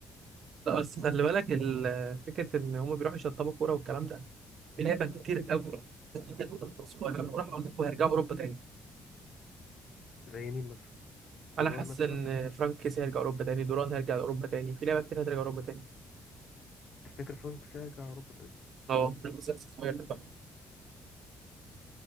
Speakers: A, on the right (about 65°); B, on the left (about 60°).
A: لا بس خلي بالك ال- فكره ان هم بيروحوا يشطبوا كوره والكلام ده في لعبه كتير قوي <laughs> راح اوروبا هيرجعوا اوروبا تاني
B: زي مين مثلا
A: انا
B: دوران
A: حاسس
B: مثلا
A: ان فرانك كيسي هيرجع اوروبا تاني دوران هيرجع اوروبا تاني في لعبه كتير هترجع اوروبا تاني
B: تفتكر فرانك سيرجع أوروبا تاني
A: اه فرانك كيسي لسه صغير طبعا